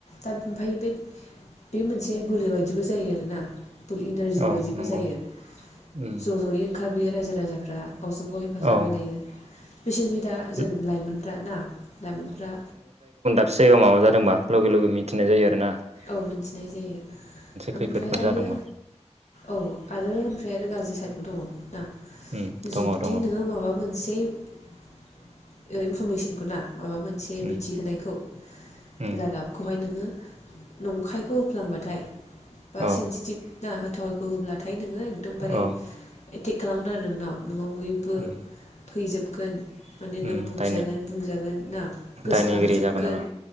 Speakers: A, on the left; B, on the right.
A: दा ओमफाय बे बे मोनसे बोलो बायदिबो जायो आरोना इनारजि
B: औ
A: बायदिबो
B: नंगौ
A: जायो ज'
B: उम
A: ज'यै ओंंखा खारबोयो रायजो राजाफ्रा गावजों गाव हेफाजाब
B: औ
A: होलायो। स्पेसियेलि दा
B: उम
A: जों लाइमोनफ्रा ना लाइमोनफ्रा
B: से जायगायाव माबा जादोंबा लगे लोगे मिथिनाय जायो आरो‌ना
A: औ मिन्थिनाय जायो ओमफ्राय
B: खैफोदफोर
A: आरो
B: जादोंबा
A: औ आरो ओमफ्राय आरो गाज्रि साइदबो दङ ना
B: उम दङ
A: जुदि
B: दङ
A: नोङो माबा मोनसे ओ इनफरमेसनखौ ना माबा मोनसे
B: उम
A: मिथिहोनायखौ
B: उम
A: रादाबखौहाय नोङो नंखायखौ होफ्लांबाथाय बा
B: औ
A: सेन्सिटिभ ना होथावैखौ होब्लाथाय नोङो एकदमबारे
B: औ
A: एटेक खालामगोन आरो नोंनाव न' बयबो
B: उम
A: फैजोबगोन माने नोङो
B: उम
A: बखिजागोन
B: दायनि
A: बुंजागोन ना गोसारजोबगोन
B: दायनिगिरि जागोन आरो